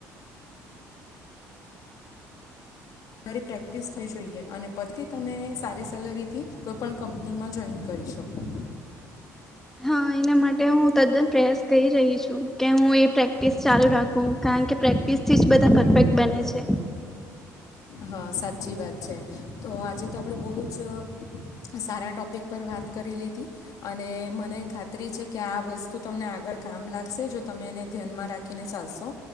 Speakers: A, on the left; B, in the centre.
A: તમારી પ્રેક્ટિસ થઈ જોઈએ. અને પછી તમે સારી સેલેરી થી કોઈ પણ કંપનીમાં જોઈન કરી શકો.
B: હા એના માટે હું તદ્દન પ્રયાસ કરી રહી છું. કે હું એ પ્રેક્ટિસ ચાલુ રાખું. હં કારણ કે પ્રેક્ટિસથી જ બધા પરફેક્ટ બને છે.
A: હા સાચી વાત છે. તો આજે તો આપણેે બહ જ સારા ટોપિક પર વાત કરી લીધી. અને મને ખાતરી છે કે આ વસ્તુ તમને આગળ કામ લાગશે, જો તમે એને ધ્યાનમાં રાખીને ચાલશો.